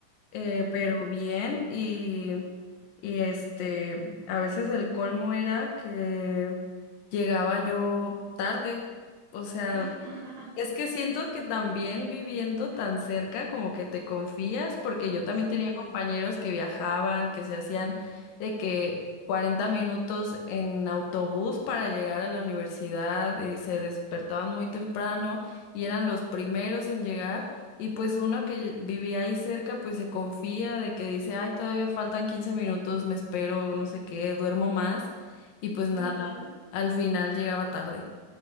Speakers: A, on the left; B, on the right.
A: eh,
B: Ajá.
A: pero bien y, y este, a veces el colmo era que llegaba yo tarde, o sea,
B: <laughs>
A: es que siento que también viviendo tan cerca como que te confías, porque yo también
B: Sí,
A: tenía compañeros que viajaban, que se hacían de que 40 minutos en autobús para llegar a la universidad y se despertaban muy temprano y eran los primeros en llegar y pues uno que vivía ahí cerca pues se confía de que dice, ay, todavía faltan 15 minutos, me espero, no sé qué, duermo más y pues nada,
B: ajá.
A: al final llegaba tarde.